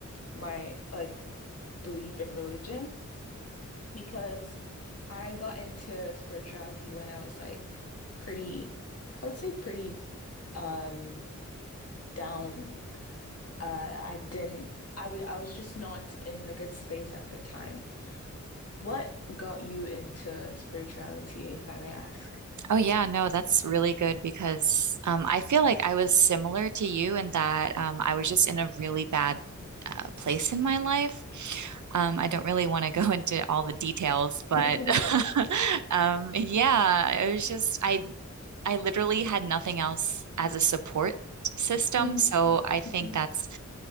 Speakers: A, on the left (about 55°); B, on the right (about 75°).
A: my like belief in religion because I got into spirituality when I was like pretty, I would say pretty um down. Uh I didn't I would I was just not in a good space at the time. What got you into spirituality, if I may ask? <laughs>
B: Oh, yeah. No, that's really good because um, I feel like I was similar to you in that um, I was just in a really bad uh, place in my life. Um, I don't really want to <laughs> go into all the details, but
A: Yeah.
B: <laughs> um, yeah, it was just, I I literally had nothing else as a support system.
A: Mm,
B: So I think
A: hmm
B: that's